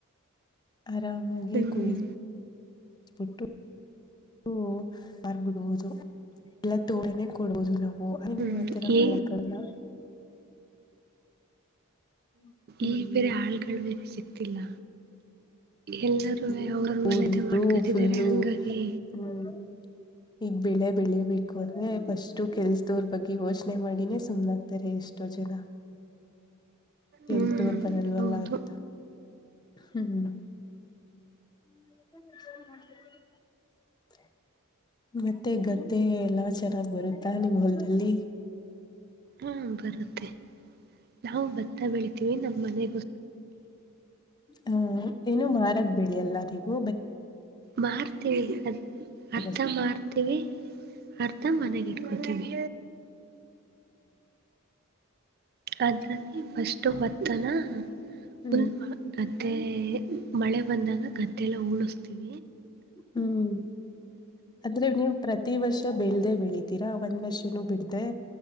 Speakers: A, on the left; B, on the right.
A: ಆರಾಮಾಗಿ
B: ಹ್ಮ್
A: ಕೂ ಬಿಟ್ಟು ಹ ಬರ್ಬಿಡುವುದು ಎಲ್ಲ ತೋಟೇ ಕೊಡುವುದು ನಾವು. ಓ ಅ
B: ಹ್ಮ್
A: ನೀವು ಅತ್ರ
B: ಈ
A: ಮಡಕಲ್ಲ. ಹ್ಮ್.
B: ಈಗ ಬೇರೆ ಆಳ್ಗಳು ಬೇರೆ ಸಿಕ್ತಿಲ್ಲ ಎಲ್ಲರೂವೆ
A: ಹ್ಮ
B: ಅವ್ರ ಮನೆದೇ
A: ಡಿಪರು
B: ಮಾಡ್ಕತಿದ್ದಾರೆ
A: ಫುಲ್ಲು
B: ಹಂಗಾಗಿ
A: ಹ್ಮ. ಈಗ ಬೆಳೆ ಬೆಳಿಬೇಕು ಅಂದ್ರೆ ಫಸ್ಟು ಕೆಲ್ಸದವ್ರ ಬಗ್ಗೆ ಯೋಚನೆ ಮಾಡಿನೇ ಸುಮ್ನಾಗ್ತಾರೆ ಎಷ್ಟು. ಎಷ್ಟೋ ಜನ ಕೆಲ್ತೋರ್
B: ಹ್ಮ್
A: ಬರಲ್ವಲ್ಲ
B: ಹೌದು
A: ಅಂತ. ಹ್ಮ್. <unintelligible> ಮತ್ತೆ ಗದ್ದೆ ಎಲ್ಲಾ ಚೆನ್ನಾಗ್ ಬರುತ್ತಾ ನಿಮ್ ಹೊಲ್ದಲ್ಲಿ.
B: ಹಾ ಬರುತ್ತೆ ನಾವು ಭತ್ತಾ ಬೆಳಿತೀವಿ ನಮ್ಮ್ ಮನೆ.
A: ಹ್ಮ ಏನು ಮಾರದ ಬೆಳಿ ಎಲ್ಲ ನೀವು
B: ಮಾರ್ತೀವಿ ಅದ
A: ಮನೆಗಷ್ಟೇನಾ
B: ಅರ್ಧ ಮಾರ್ತೀವಿ ಅರ್ ಮನೆಗ ಇಟ್ಕೋತೀವಿ. ಅದ್ರಲ್ಲಿ ಫಸ್ಟ್ ಭತ್ತನ.
A: ಹ್ಮ್
B: ಫುಲ್ ಗದ್ದೆ ಮಳೆ ಬಂದಾಗ ಗದ್ದೆಲ್ಲ ಉಳಸ್ತೀವ
A: ಹ್ಮ್ ಆದ್ರೆ ನೀವು ಪ್ರತಿ ವರ್ಷ ಬೆಳ್ದೇ ಬೆಳಿತೀ. ಒಂದ್ ವರ್ಷನೂ ಬಿಡ್ಧೀ.